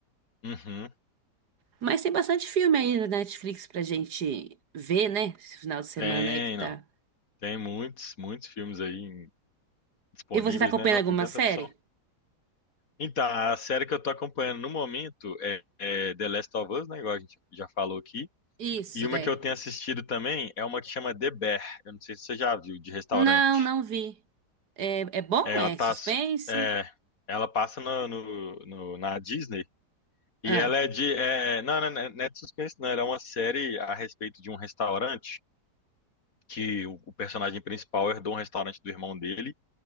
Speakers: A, on the left; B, on the right.
A: Uhum.
B: Mas tem bastante filme aí na Netflix pra gente ver, né? Esse final de semana
A: Tem,
B: aí que tá.
A: não. Tem muitos, muitos filmes aí disponíveis,
B: E você tá acompanhando
A: né? Não,
B: alguma
A: tem tanta
B: série?
A: opção. Então, a série que eu tô acompanhando no momento é, é The Last of Us, né? Igual a gente já falou aqui.
B: Isso,
A: E uma
B: né?
A: que eu tenho assistido também é uma que chama The Bear. Eu não sei se você já viu, de restaurante.
B: Não, não vi. É, é bom?
A: É, ela
B: É
A: tá,
B: suspense?
A: su- é, ela passa no, no- no- na Disney
B: Ah,
A: e ela é de, é, não, não, não, não é de suspense, não. Ela é uma série a respeito de um restaurante que o, o personagem principal herdou um restaurante do irmão dele